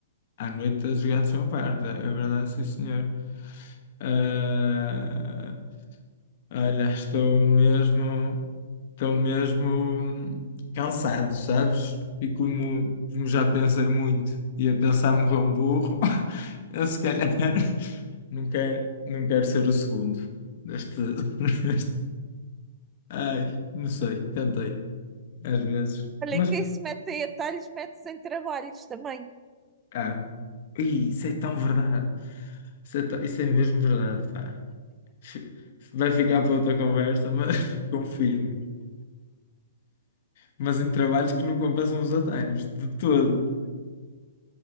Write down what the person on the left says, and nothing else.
À noite a jogar de champanhe, é verdade, sim senhor. Ah, olha, estou mesmo, estou mesmo cansado, sabes? E como, como já pensei muito e a pensar morrer um burro, <laughs> eu se calhar <laughs> não quero, não quero ser o segundo deste, <laughs> deste- Ai, não sei, cantei às vezes.
Mas,
ah, ih, isso é tão verdade. Isso é, tão- isso é mesmo verdade, pá. Fi- Vai ficar para outra conversa, mas <laughs> confirmo. mas em trabalhos que não compensam os atalhos, de todo.